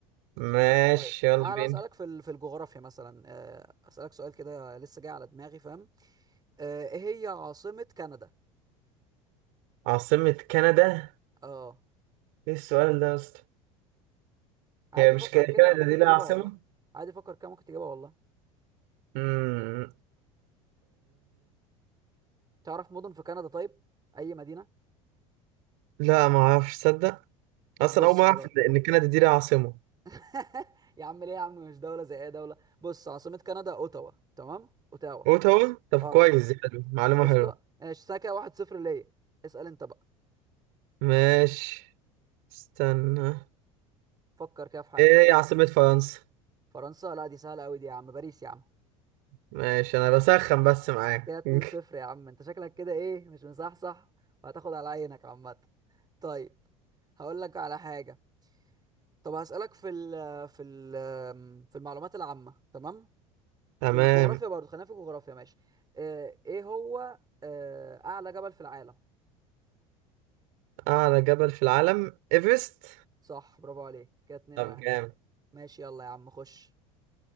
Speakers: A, on the right; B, on the right.
A: ماشي
B: طيب
A: يلا
B: تعالى
A: بينا
B: اسالك في ال- في الجغرافيا مثلا آه، اسالك سؤال كده لسه جاي على دماغي فاهم آه، ايه هي عاصمة كندا
A: عاصمة كندا
B: اه
A: ايه السؤال ده يا اسطى
B: عادي
A: هي مش
B: فكر
A: ك-
B: كده
A: كندا
B: ممكن
A: دي لها
B: تجيبها
A: عاصمة
B: والله عادي فكر كده ممكن تجيبها والله
A: امم
B: تعرف مدن في كندا طيب اي مدينة
A: لا ما اعرفش تصدق
B: طب
A: اصلا
B: بص
A: اول ما
B: خلاص
A: اعرف ان إن كندا دي لها عاصمة
B: <laughs> يا عم ليه يا عم مش دولة زي اي دولة بص عاصمة كندا اوتاوا تمام اوتاوا
A: اوتاوا طب
B: اروى
A: كويس دي حلو معلومة
B: قشطة
A: حلوة
B: ماشي ساكا واحد صفر ليا اسأل انت بقى
A: ماشي استنى
B: فكر كده في حاجة
A: ايه هي عاصمة فرنسا
B: فرنسا لا دي سهلة قوي دي يا عم باريس يا عم
A: ماشي انا بسخن بس معاك
B: كده 2
A: <laughs>
B: 0 يا عم انت شكلك كده ايه مش مصحصح وهتاخد على عينك عامة طيب هقول لك على حاجة طب هسألك في ال في ال في المعلومات العامة تمام
A: تمام
B: في الجغرافيا برضو خلينا في الجغرافيا ماشي آه، ايه هو آه، اعلى جبل في العالم
A: أعلى جبل في العالم إيفرست
B: صح برافو عليك كده اتنين
A: طب
B: واحد
A: جامد
B: ماشي يلا يا عم خش